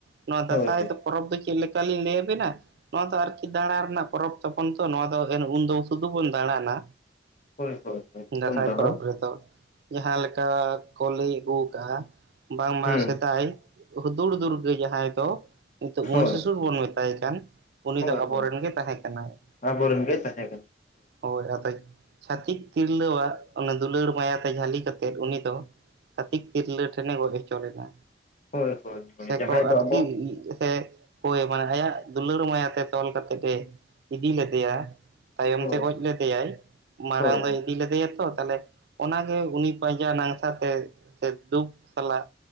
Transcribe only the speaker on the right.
ᱱᱚᱣᱟ
ᱫᱟᱸᱥᱟᱭ
ᱫᱚ ᱯᱚᱨᱚᱵᱽ ᱫᱚ ᱪᱮᱫ ᱞᱮᱠᱟ ᱞᱤᱧ ᱞᱟᱹᱭᱟᱵᱮᱱᱟ ᱱᱚᱣᱟ ᱫᱚ ᱟᱨᱠᱤ ᱫᱟᱬᱟ ᱨᱮᱱᱟᱜ ᱯᱚᱨᱚᱵᱽ ᱛᱟᱵᱚᱱ ᱛᱚ ᱱᱚᱣᱟ ᱫᱚ ᱩᱱᱫᱚ ᱥᱩᱫᱩ ᱵᱚᱱ ᱫᱟᱬᱟᱱᱟ᱾
ᱫᱟᱸᱥᱟᱭ
ᱯᱚᱨᱚᱵᱽ ᱨᱮ ᱫᱚ ᱡᱟᱦᱟᱸ ᱞᱮᱠᱟ ᱠᱚ ᱞᱟᱹᱭ ᱟᱹᱜᱩ ᱟᱠᱟᱜᱼᱟ ᱵᱟᱝᱢᱟ
ᱥᱮᱫᱟᱭ ᱩᱫᱩᱲ ᱫᱩᱨᱜᱟᱹ ᱡᱟᱦᱟᱸᱭ ᱫᱚ ᱱᱤᱛᱚᱜ ᱢᱚᱦᱤᱥᱟᱥᱩᱨ
ᱵᱚᱱ ᱢᱮᱛᱟᱭ ᱠᱟᱱ ᱾ ᱩᱱᱤ
ᱫᱚ ᱟᱵᱚᱨᱮᱱ
ᱜᱮ ᱛᱟᱦᱮᱸ ᱠᱟᱱᱟᱭ ᱾
ᱦᱳᱭ ᱟᱫᱚ ᱪᱷᱟᱛᱤᱠ ᱛᱤᱨᱞᱟᱹᱣᱟᱜ ᱚᱱᱟ ᱫᱩᱞᱟᱹᱲ ᱢᱟᱭᱟᱛᱮ ᱡᱷᱟᱹᱞᱤ ᱠᱟᱛᱮᱫ ᱩᱱᱤ ᱫᱚ ᱪᱷᱛᱷᱤᱠ ᱛᱤᱨᱞᱟᱹ ᱴᱷᱮᱱᱮ ᱜᱚᱡ ᱦᱚᱪᱚ ᱞᱮᱱᱟ᱾
ᱥᱮ
ᱠᱚ
ᱟᱛᱠᱤ
ᱥᱮ ᱦᱳᱭ ᱢᱟᱭᱟ ᱟᱭᱟᱜ ᱫᱩᱞᱟᱹᱲ ᱢᱟᱭᱟᱛᱮ ᱛᱚᱞ ᱠᱟᱛᱮᱜ ᱮ ᱤᱫᱤ ᱞᱮᱫᱮᱭᱟ ᱾ ᱛᱟᱭᱚᱢ
ᱛᱮ ᱜᱚᱡ ᱞᱮᱫᱮᱭᱟᱭ ᱢᱟᱲᱟᱝ
ᱫᱚᱭ ᱤᱫᱤ ᱞᱮᱫᱮᱭᱟ ᱛᱚ ᱛᱟᱦᱚᱞᱮ ᱚᱱᱟᱜᱮ ᱩᱱᱤ ᱵᱟᱡᱟᱣ ᱱᱟᱝᱥᱟᱛᱮ ᱥᱮ ᱫᱩᱠ ᱥᱟᱞᱟᱜ